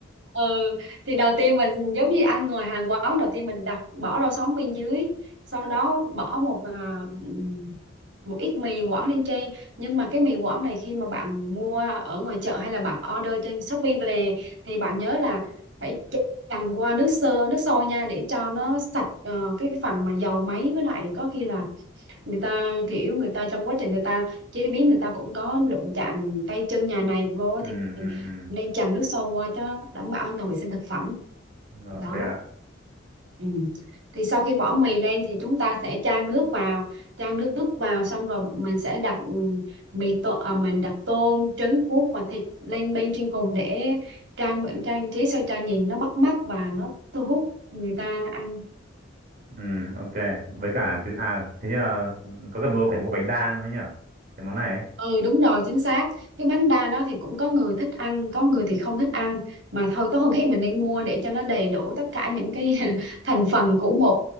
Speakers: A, on the right; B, on the right.
A: Ừ, thì đầu tiên mình giống như ăn người Hàn quán đầu tiên mình đặt bỏ rau sống bên dưới, sau đó bỏ một à, ừm, một ít mì Quảng lên trên. Nhưng mà cái mì Quảng này khi mà bạn mua ở ngoài chợ hay là bạn order trên Shopee về thì bạn nhớ là phải chần qua nước sơ, nước sôi nha để cho nó sạch ờ, cái phần mà dầu máy với lại có khi là người ta kiểu người ta trong quá trình người ta chế biến người ta cũng có đụng chạm tay chân nhà này vô
B: ừ
A: thì
B: ừ ừ
A: nên chần nước sôi qua cho đảm bảo an toàn vệ sinh thực phẩm
B: Rồi,
A: đó
B: ok bạn
A: ừ. thì sau khi bỏ mì lên thì chúng ta sẽ chan nước vào chan nước vào xong rồi mình sẽ đặt ừ, mì tô à, mình đặt tôm trứng cuốc và thịt lên bên trên cùng để trang trang trí sao cho nhìn nó bắt mắt và nó thu hút người ta ăn
B: ừ ok với cả cái à thế như là có cần mua phải mua bánh đa nữa nhở cái món này ấy
A: Ừ đúng rồi chính xác Cái bánh đa đó thì cũng có người thích ăn Có người thì không thích ăn Mà thôi có hôm khác mình nên mua để cho nó đầy đủ Tất cả những cái <laughs> thành phần của một